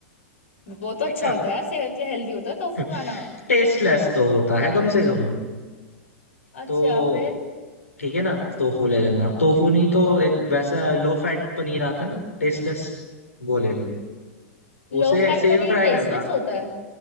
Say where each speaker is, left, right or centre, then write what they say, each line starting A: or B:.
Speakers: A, on the left; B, on the left.
A: वो तो अच्छा
B: ठीक है
A: होता है यार सेहत के लिए हेल्दी होता है टोफू
B: <laughs>
A: खाना
B: टेस्टलेस तो होता है कम से कम
A: अच्छा
B: तो
A: फिर
B: ठीक है ना टोफू ले लेना टोफू नहीं तो एक वैसा लो फैट पनीर आता है ना टेस्टलेस वो लेनी
A: लो
B: उसे
A: फैट
B: सेम
A: पनीर
B: फ्राई
A: टेस्टलेस
B: करना
A: होता है